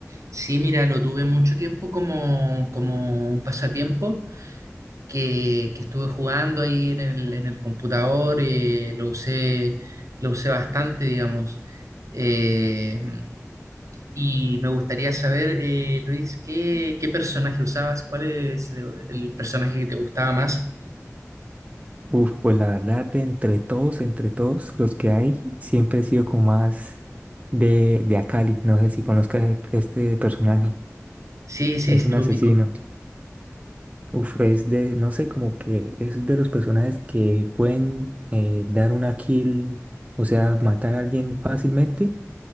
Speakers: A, on the right; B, on the right.
A: Sí, mira, lo tuve mucho tiempo como, como un pasatiempo que, que estuve jugando ahí en el, en el computador, eh, lo usé, lo usé bastante, digamos. Eh, y me gustaría saber, eh, Luis, ¿qué, qué personaje usabas? ¿Cuál es el personaje que te gustaba más?
B: Uf, pues la verdad, de entre todos, entre todos los que hay, siempre he sido como más de, de Akali. No sé si conozcas e- este personaje.
A: Sí, sí,
B: Es
A: sí,
B: un
A: lo
B: asesino.
A: ubico.
B: Uf, es de, no sé, como que es de los personajes que pueden eh, dar una kill, o sea, matar a alguien fácilmente,